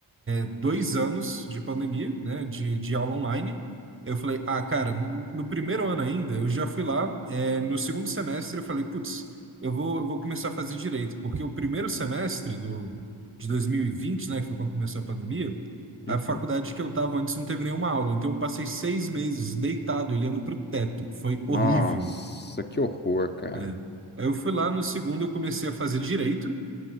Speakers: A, on the right; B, on the left.
A: dois anos de pandemia, né, de, de aula online. Eu falei, ah, cara, no no primeiro ano ainda, eu já fui lá, é, no segundo semestre eu falei, putz, eu vou, eu vou começar a fazer direito, porque o primeiro semestre do, de 2020, né, que foi quando começou a pandemia, a
B: uhum,
A: faculdade que eu estava antes não teve nenhuma aula, então eu passei seis meses deitado, olhando para o teto, foi
B: Nossa,
A: horrível,
B: que horror, cara.
A: né? Aí eu fui lá, no segundo eu comecei a fazer direito,